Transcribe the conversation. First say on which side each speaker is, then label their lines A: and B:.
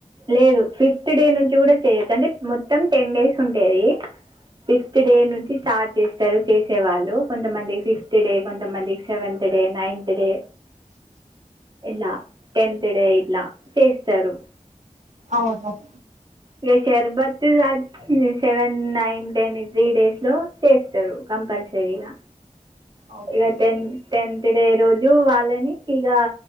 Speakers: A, on the right; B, on the right.
A: లేదు
B: అ
A: ఫిఫ్త్ డే నుంచి కూడా చెయొచ్చు అంటే మొత్తం టెన్ డేస్ ఉంటేది ఫిఫ్త్ డే నుంచి స్టార్ట్ చేస్తారు చేసేవాళ్ళు కొంతమంది ఫి ఫిఫ్త్డే కొంతమంది సెవెంత్ డే నైన్త్ డే ఇలా టెన్త్ డే ఇట్లా చేస్తారు
B: అవునువును
A: ఇక షర్బత్ <unintelligible> seven nine ten three days లో చేస్తారు కంపల్సరీగా
B: ఓకె
A: ఇక టెన్ టెన్త్ డే రోజు వాళ్ళని ఇక